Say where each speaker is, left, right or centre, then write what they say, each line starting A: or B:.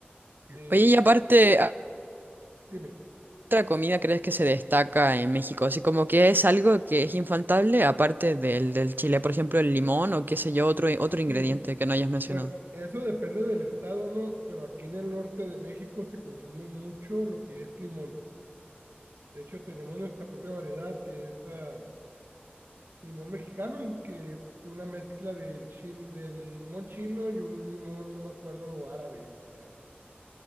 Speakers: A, on the right (about 70°); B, on the right (about 55°).
A: Eh,
B: Oye, y aparte, ¿a-
A: dime,
B: ¿otra comida crees que se destaca en México? Así como que es algo que es infaltable, aparte del, del chile, por ejemplo, el limón o qué sé yo, otro, otro ingrediente
A: y
B: que no hayas mencionado.
A: bueno, eso depende del estado, ¿no? Pero aquí en el norte de México se consume mucho lo que es limón. De hecho, tenemos nuestra propia variedad que es ah, limón mexicano, que es una mezcla del, chin- del limón chino y un limón, no me acuerdo, árabe. o sea,